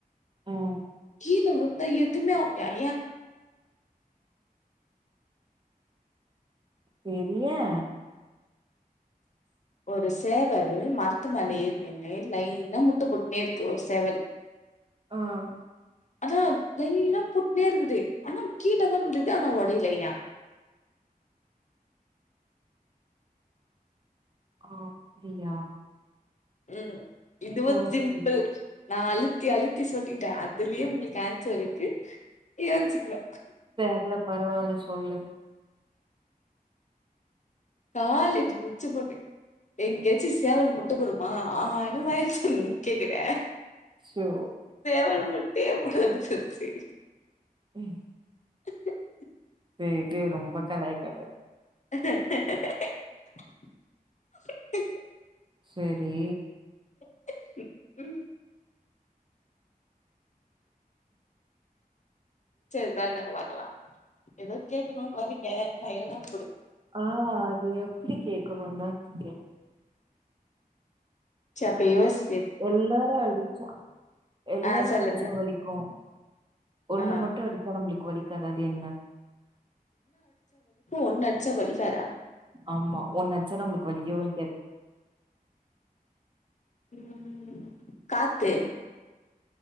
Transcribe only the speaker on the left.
கீழே விழுந்தா எதுவுமே ஆவலயாம் ஏன்
ஒரு சேவல் மரத்து மேல ஏறி நின்னு லைனா முட்டு போட்டுனே இருக்கு ஒரு சேவல்
அதான் லைன்னா போட்டுனே இருக்குது ஆனா கீழே தான் விழுது ஆனா ஒடைல ஏன்
உம் இதுவும்
சிம்பிள் நாலு ழுத்தி அழுத்தி சொல்லிட்டேன் அதுலயே உங்களுக்கு ஆன்சர் இருக்கு யோனிச்சுகோ
காலேஜ் முச்சு போகே எங்கேயாச்சும் சேவல் முட்டைப்போடுமா ஆனு வாய தெரன்னு கேக்குறே
சேவல் முட்டயே போடாது செரி
<unintelligible>
<inaudible>
<unintelligible> ம் செரிதான்ங்க பாக்கலாம் ஏதோ கே்கணும்னு வரீங்க தையக்கம்
சப்பயூஸ்
ஆ சொல்லு
சொல்லு
ஆ
ஒன்ன அடிச்சா வலிக்காதா
ம் காத்து